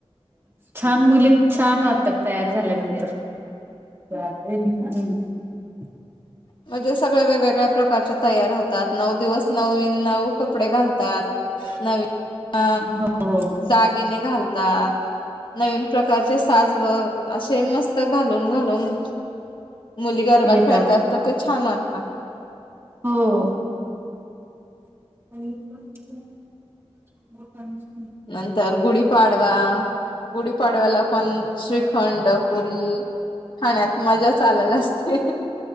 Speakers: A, on the right; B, on the left.
A: छान मुली! छान वाटतात तयार झाल्यानंतर. <unintelligible>
B: म्हणजे सगळ वेगवेगळ्या प्रकारच्या तयार होतात. नऊ दिवस नवीन नऊ कपडे घालतात, नवी अ
A: हो
B: दागिने घालतात नवीन प्रकारचे साज व, असे मस्त घालून घालून मुली गरबा
A: येतात
B: खेळतात, तर ते छान वाटतात!
A: हो <unintelligible> <unintelligible>
B: नंतर गुढीपाडवा, गुढीपाडव्याला पण श्रीखंड पुरी खाण्यात मजाच अलग असते!